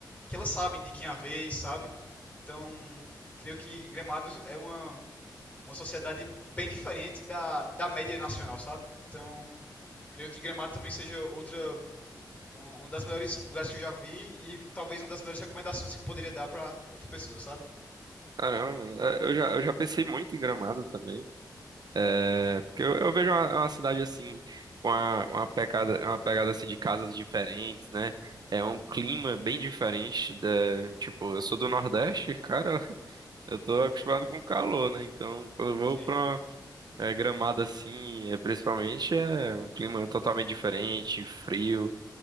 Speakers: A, on the left (about 20°); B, on the right (about 65°).
A: que elas sabem de quem é a vez, sabe? Então, creio que Gramado é uma, uma sociedade bem diferente da, da média nacional, sabe? Então, creio que Gramado também seja outra uma, uma das melhores lugares que eu já vi e talvez uma das melhores recomendações que eu poderia dar para outra pessoa, sabe?
B: Caramba, é, eu já, eu já pensei muito em Gramado também. É, porque eu, eu vejo uma, uma cidade assim, com uma, uma pegada, uma pegada assim de casas diferentes, né? É um clima bem diferente da, tipo, eu sou do Nordeste, cara, Eu tô acostumado com calor, né? Então, quando eu vou
A: Sim.
B: pra é, Gramado assim, é, principalmente, é um clima totalmente diferente, frio.